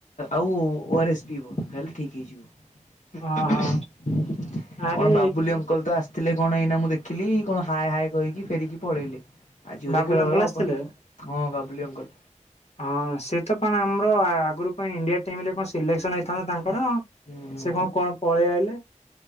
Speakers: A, on the left; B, on the left.
A: ଆଉ ଓ ଆର୍ ଏସ୍ ପିଇବ ତାହେଲେ ଠିକ୍ ହେଇଯିବ।
B: ହଁ
A: କଣ
B: ହଁ ଆରେ
A: ବାବୁଲି ଅଙ୍କଲ ତ ଆସି ଥିଲେ କଣ ଏଇନା ମୁଁ ଦେଖିଲି କଣ ହାଏ ହାଏ କହିକି ଫେରିକି ପଳେଇଲେ। ଆଜି ବୋଧେ
B: ବାବୁଲ
A: ଖେଳ
B: ଅଙ୍କଲ
A: ଫେଳ ହବନି
B: ଆସିଥିଲେ?
A: ଆଉ ହଁ ବାବୁଲି ଅଙ୍କଲ।
B: ହଁ ସିଏ ତ କଣ ଆମର ଆଗରୁ କଣ ଇଣ୍ଡିଆ ଟିମ ରେ କଣ ସିଲେକ୍ସନ ହେଇଥାନ୍ତା ତାଙ୍କର।
A: ହୁଁ ହୁଁ
B: ସେ କଣ କଣ ପଳେଇ ଆଇଲେ?